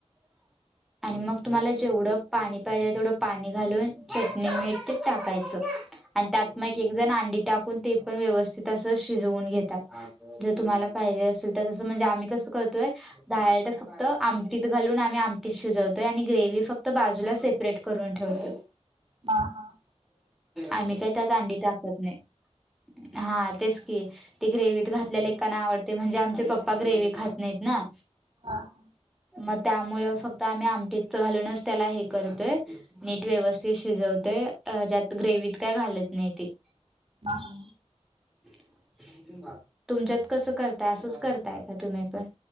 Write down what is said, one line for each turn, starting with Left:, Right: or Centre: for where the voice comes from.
Centre: <inaudible> आणि मग तुम्हाला जेवढं पाणी पाहिजे तेवढं पाणी घालून <unintelligible> चटणी मिते टाकायचं. आणि त्यात मग एक जण अंडी टाकून ते पण व्यवस्थित असं शिजवून घेतात. जर तुम्हाला पाहिजे असेल तर तसं म्हणजे आम्ही कसं करतोय डायरेक्ट - फक्त आमटीत घालून आम्ही आमटीत शिजवतोय आणि ग्रेव्ही फक्त बाजूला सेपरेट करून ठेवतो.
Right: <inaudible> हां -हां
Centre: आम्ही काही त्यात अंडी टाकत नाही. हा तेच की ते गग्रेव्हीत घाल- आपल्या लेकांना आवडते म्हणजे आमचे पप्पा ग्रेव्ही खात नाहीत ना!
Right: हा- हा
Centre: मग त्यामुळ फक्त आम्ही आमटीतच घालूनच त्याला हे करतोय. नीट व्यवस्थित शिजवते ज्यात ग्रेव्ही त काय घालत नाही ते!
Right: हा- हा
Centre: <unintelligible> तुमच्यात कसं करताय असंच करताय का तुम्ही पण!